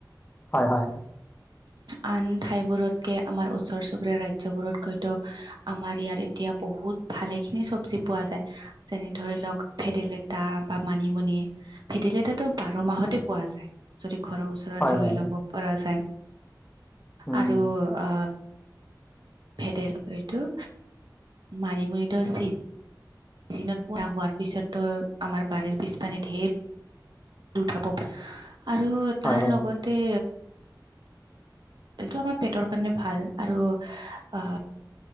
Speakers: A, on the left; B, on the right.
A: হয় হয়।
B: আন ঠাইবোৰতকে আমাৰ ওচৰ চুবুৰীয়া ৰাজ্যবোৰত কৈ ত আমাৰ ইয়াত এতিয়া বহুত ভালে খিনি চবজি পোৱা যায় যেনে ধৰি লওক, ভেদেলেতা বা মানিমুনি ভেদেলতাটো বাৰ মাহতে পোৱা যায় যদি ঘৰৰ ওচৰ ৰৰ
A: হয়
B: লুই
A: হয়
B: পৰা যায়।
A: উম
B: আৰু আহ ভেদেল টো মানিমুনিতো চি জিনত পোৱা হোৱাৰ পিছত তো, আমাৰ বাৰীৰ পিছ পানে ধেইৰ। উঠাব আৰু
A: হয়
B: তাৰ
A: হয়
B: লগতে। এইটো আমাৰ পেটৰ কাৰণে ভাল আৰু অ।